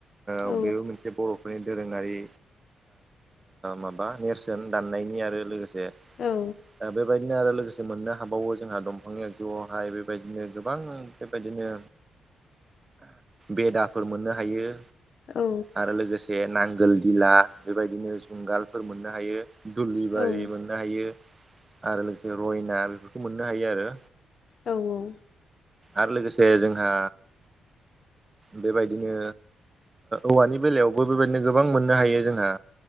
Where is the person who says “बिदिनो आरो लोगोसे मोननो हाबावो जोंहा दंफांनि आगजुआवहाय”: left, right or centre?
Right